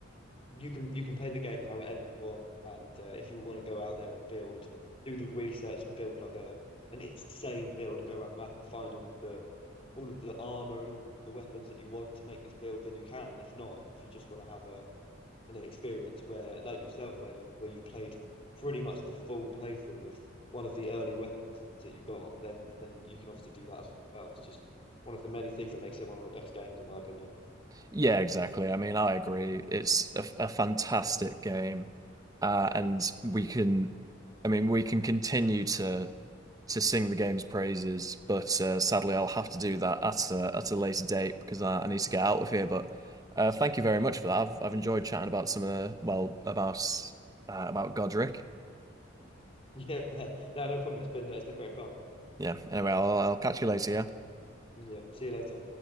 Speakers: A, on the left (about 30°); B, on the right (about 20°).
A: you can you can play the game however you want, and uh, if you want to go out there and build, do the research and build like a an insane build and go around the map and find all of the all of the armor and all the weapons that you want to make this build, then you can. If not, if you just want to have a an experience where, like yourself, where you where you've played pretty much the full playthrough with one of the early weapons that you got, then then you can obviously do that as well. It's just one of the many things that makes it one of the best games, in my opinion. <laughs>
B: Yeah, exactly. I mean, I agree. It's a, a fantastic game. Uh, and we can, I mean, we can continue to to sing the game's praises, but uh, sadly, I'll have to do that at a, at a later date because I, I need to get out of here. But uh, thank you very much for that. I've I've enjoyed chatting about some of the, well, about uh, about Godric.
A: Yeah, no, no problem. It's been it's been great fun.
B: Yeah. Anyway, I'll, I'll catch you later. Yeah.
A: Yeah, see you later.